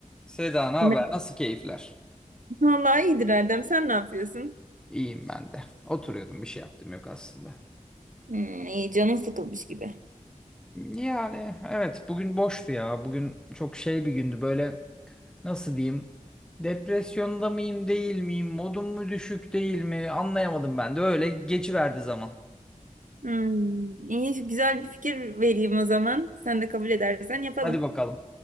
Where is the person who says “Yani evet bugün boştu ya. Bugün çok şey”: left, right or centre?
Centre